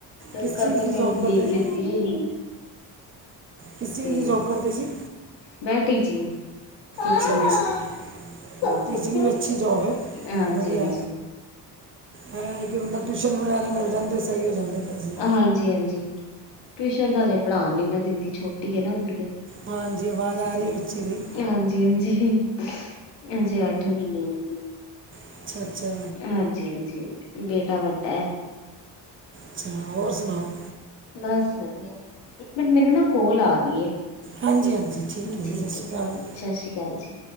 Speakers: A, on the left; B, on the right.
A: ਇਸ
B: ਕਿਸ
A: ਕਰਕੇ
B: ਚੀਜ਼ ਦੀ
A: ਫੇਰ
B: ਜੌਬ
A: ਲੀਵ
B: ਕਰਦੇ ਜੀ
A: ਲਿੱਤੀ ਹੋਇਆ।
B: ਕਿਸ ਚੀਜ਼
A: ਤੇ
B: ਦੀ ਜੌਬ ਕਰਦੇ ਜੀ
A: ਮੈਂ ਟੀਚਿੰਗਚ, ਟੀਚੰਗ
B: ਅੱਛਾ ਅੱਛਾ
A: ਲਾਈਨ ਚ।
B: ਟੀਚਿੰਗ ਵੀ ਅੱਛੀ ਜੌਬ ਹੈ
A: ਹਜੀ-ਹਾਂਜੀ।
B: ਵਧੀਆ ਹੈ ਕਿ ਬੰਦਾ ਟਿਊਸ਼ਨ ਵਗੈਰਾ ਮਿਲ ਜਾਂਦੇ ਸਹੀ ਹੋ ਜਾਂਦੇ। ਪੈਸੇ
A: ਹਾਂਜੀ-ਹਾਂਜੀ ਟਿਊਸ਼ਨ ਤਾਂ ਅਜੇ ਪੜ੍ਹਾਉਣ ਨੀ ਨਾ ਦਿੰਦੀ, ਛੋਟੀ ਹੈ ਨਾ ਕੁੜੀੀਆਂ।
B: ਹਾਂਜੀ ਆਵਾਜ਼ ਆ ਰਹੀ ਹੈ ਬੱਚੀ ਦੀ
A: ਹਾਂਜੀ-ਹਾਂਜੀ- ਹਾਂਜੀ ਅੱਠ ਮਹੀਨੇ ਦੀ
B: ਅੱਛਾ ਅੱਛਾ
A: ਹਾਂਜੀ-ਹਾਂਜੀ, ਬੇਟਾ ਵੱਡਾ ਹੈ।
B: ਅੱਛਾ, ਹੋਰ ਸੁਣਾਓ।
A: ਬਸ ਵਧੀਆ, ਇੱਕ ਮਿੰਟ ਮੈਨੂੰ ਨਾ ਕੋਲ ਆ ਰਹੀ ਏ।
B: ਹਾਂਜੀ ਹਾਂਜੀ
A: ਠੀਕ
B: ਸਤਿ
A: ਹੈ
B: ਸ਼੍ਰੀ
A: ਜੀ,
B: ਅਕਾਲ
A: ਸਤਿ ਸ੍ਰੀ ਅਕਾਲ ਜੀ।